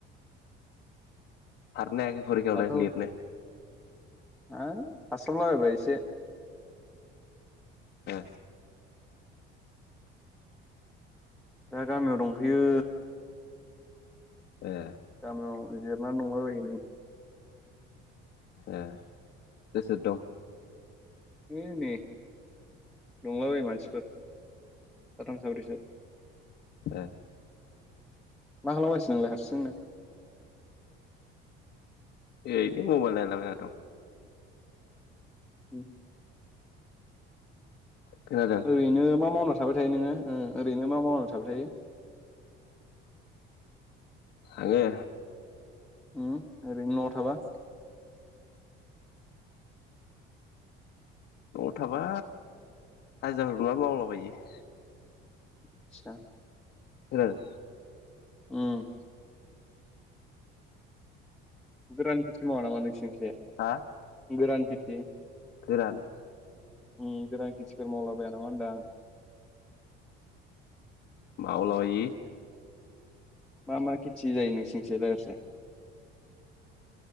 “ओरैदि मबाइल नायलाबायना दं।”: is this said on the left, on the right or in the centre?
Left